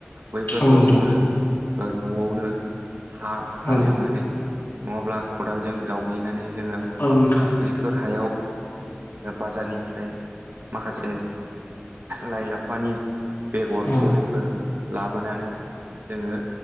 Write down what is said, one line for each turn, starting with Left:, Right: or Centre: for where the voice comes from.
Right: बैफोरखौ
Left: औ नोंथां
Right: जोङो ओ न'आवनो हा
Left: औ
Right: हालेवनानै नङाब्ला खदालजों जावग्लिनानै जोङो
Left: औ नोंथां
Right: बैफोर हायाव बाजारनिफ्राय माखासे लाइ लाफानि बेगर
Left: औ
Right: जोलैफोर लाबोनानै जोङो